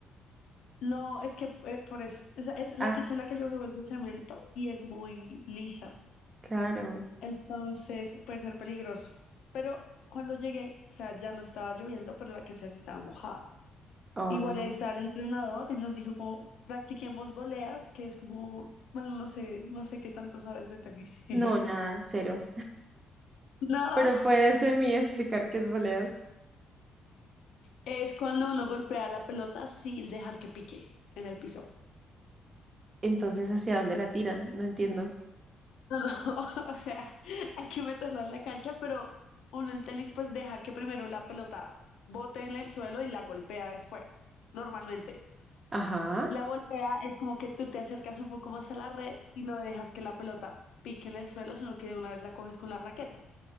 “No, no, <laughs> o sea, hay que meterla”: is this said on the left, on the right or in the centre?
Left